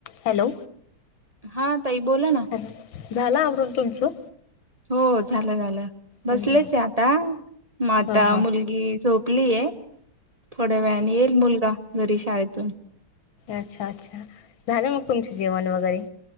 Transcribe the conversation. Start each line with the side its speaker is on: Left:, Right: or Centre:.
Left: Hello.
Right: हा ताई बोला ना
Left: अ झाल आवरून. तुमचं.
Right: हो झालं झालं. बसलेच
Left: हम् हम
Right: आहे आता. म आता
Left: हां हां
Right: मुलगी झोप ली आहे. थोड्या वेळाने येईल मुलगा घरी शाळेतून.
Left: अच्छा-अच्छा झालं मग. तुमच जेवन वगैरे.